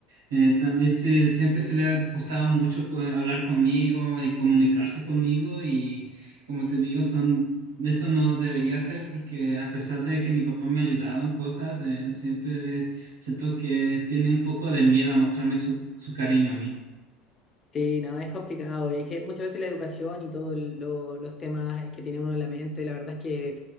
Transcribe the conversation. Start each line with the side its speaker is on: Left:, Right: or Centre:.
Right: eh, también se- siempre se le ha costado mucho co- hablar conmigo y comunicarse conmigo y como te digo son eso no debería ser porque a pesar de que mi papá me ha ayudado en cosas eh, siempre siento que tiene un poco de miedo a mostrarme su, su cariño a mí
Left: Sí, no, es complicado. Es que muchas veces la educación y todos los temas que tiene uno en la mente, la verdad es que,